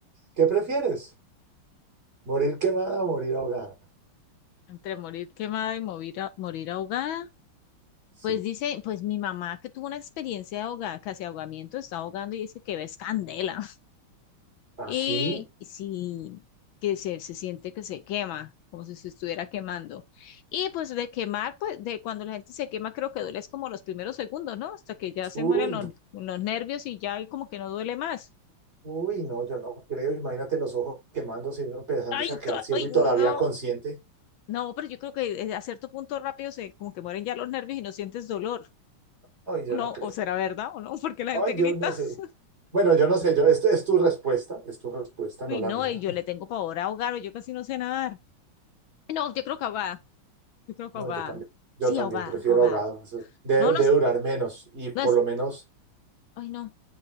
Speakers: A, on the right; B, on the left.
A: ¿Qué prefieres? ¿Morir quemada o morir ahogada?
B: Entre morir quemada y morir, a- morir ahogada.
A: Sí.
B: Pues dice, pues mi mamá que tuvo una experiencia de ahogada, casi ahogamiento, está ahogando y dice que ves candela. <laughs>
A: ¿Así?
B: Y sí, que se, se siente que se quema, como si se estuviera quemando. Y pues de quemar, pues de cuando la gente se quema, creo que duele es como los primeros segundos, ¿no? Hasta que ya se
A: Uy,
B: mueren los, los nervios y ya y como que no duele más.
A: uy, no, yo no creo. Imagínate los ojos quemándose y uno empezándose
B: Ay,
A: a quedar
B: ca-
A: ciego
B: ay,
A: y
B: no.
A: todavía consciente.
B: No, pero yo creo que eh, a cierto punto rápido se como que mueren ya los nervios y no sientes dolor.
A: Ay, yo no
B: No,
A: creo.
B: o será verdad o no, <laughs> porque la
A: Ay,
B: gente
A: yo
B: grita.
A: no sé.
B: <laughs>
A: Bueno, yo no sé, yo, esto es tu respuesta, es tu respuesta,
B: Uy,
A: no la
B: no,
A: mía.
B: y yo
A: <laughs>
B: le tengo pavor a ahogar o yo casi no sé nadar. No, yo creo que ahogada. Yo creo que
A: No,
B: ahogada.
A: yo también, yo
B: Sí,
A: también
B: ahogada,
A: prefiero
B: ahogada.
A: ahogado. Eso de
B: No, no
A: debe
B: es,
A: durar menos y por
B: no es.
A: lo menos,
B: Ay, no,